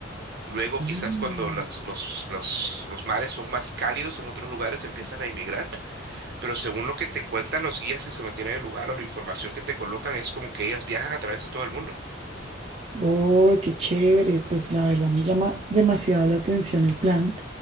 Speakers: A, on the right; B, on the right.
A: Luego
B: Mm.
A: quizás cuando las- los, los, los mares son más cálidos en otros lugares empiezan a emigrar, pero según lo que te cuentan los guías que se mantienen en el lugar o la información que te colocan es como que ellas viajan a través de todo el mundo.
B: Uy, qué chévere. Pues la verdad me llama demasiado la atención el plan.